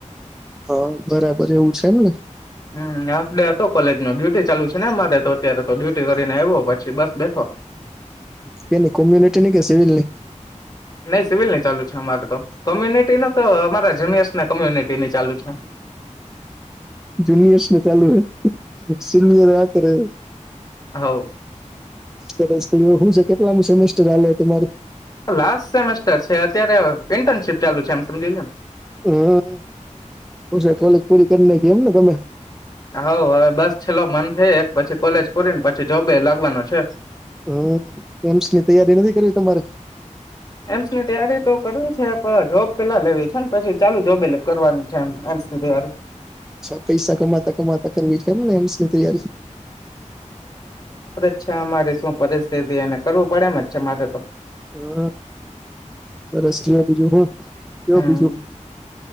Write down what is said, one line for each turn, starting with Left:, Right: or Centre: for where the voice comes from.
Centre: હા બરાબર એવું છે એમ ને
Left: હમ્મ હાફ ડે હતો કોલેજ નો ડ્યુટી ચાલુ છે ને અમારે અત્યારે તો ડ્યુટી કરીને આવો પછી બસ બેઠો.
Centre: કે ની કોમ્યુનિટી ની કે સિવિલ ની
Left: નહી સિવિલ નહી ચાલુ છે અમારે તો. કોમ્યુનિટી ની તો અમારા જુનિયર્સ ને કોમ્યુનિટી ની ચાલુ છે.
Centre: જુનિયર્સ ને ચાલુ હ સિનિયર આ કરે.
Left: હઉ
Centre: ત્યારે હું છે કેટલામ સેમેસ્ટર હાલે તમારે.
Left: લાસ્ટ સેમેસ્ટર છે અત્યારે ઇન્ટર્નશીપ ચાલુ છે એમ સમજી લિયોને
Centre: હમ્મ હુ છે કોલેજ પૂરી કરી નાઈખી એમ ને તમે.
Left: હા હવે બસ છેલ્લો મન થઈ એક પછી કોલેજ પૂરીને પછી જોબે લાગવાનો છે.
Centre: હમ્મ એમ્સ ની તૈયારી નથી કરવી તમારે.
Left: એમ્સની તૈયારી તો કરવી છે. પર જોબ પેલા લેવી છે ને પછી ચાલુ જોબે કરવાની છે એમસ ની તૈયારી
Centre: અચ્છા પૈસા કમાતા કમાતા કરવી છે એમને એમસની તૈયારી
Left: અચ્છા મારે શું પરિસ્થિતિ એને કરવું પડે એમ જ છે મારે તો
Centre: હા સરસ કયો બીજું હું કેવું
Left: હમ
Centre: બીજું.